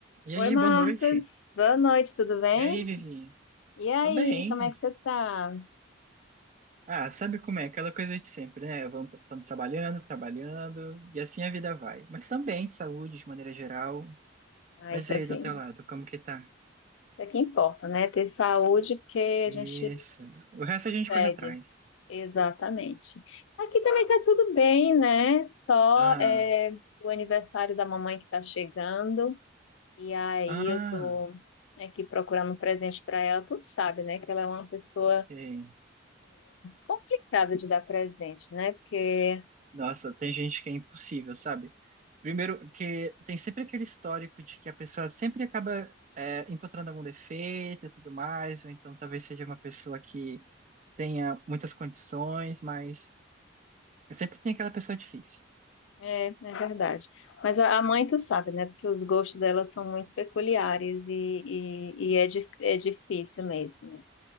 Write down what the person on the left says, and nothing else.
Oi,
Marcos.
Boa noite, tudo bem?
E aí,
como é que você tá?
Ah,
isso
aqui,
isso
aqui importa, né? Ter saúde porque
a gente
pegue.
Exatamente. Aqui também tá tudo bem, né? Só
é, o aniversário da mamãe que tá chegando. E aí
eu tô aqui procurando um presente para ela. Tu sabe, né? Que ela é uma pessoa
complicada de dar presente, né? Porque
É, é verdade. Mas a, a mãe, tu sabe, né? Porque os gostos dela são muito peculiares e, e, e é, di- é difícil mesmo.